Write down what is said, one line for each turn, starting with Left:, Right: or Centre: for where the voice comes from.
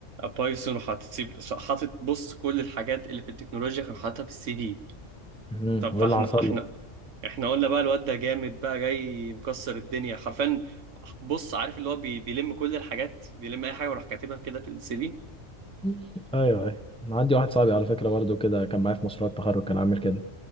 Right: بايثون وحاطط سي حاطط بص كل الحاجات اللي في التكنولوجيا كان حاططها في السي في
Centre: امم
Right: طب
Centre: وايه
Right: فاحنا
Centre: اللي حصل
Right: احنا
Centre: لك
Right: احنا قلنا بقى الواد ده جامد بقى جاي مكسر الدنيا حرفيا بص عارف اللي هو بي- بيلم كل الحاجات بيلم اي حاجه وراح كاتبها كده في السي في
Centre: <laughs> ايوه ايوه عندي واحد صاحبي على فكره برضه كده كان معايا في مشروع التخرج كان عامل كده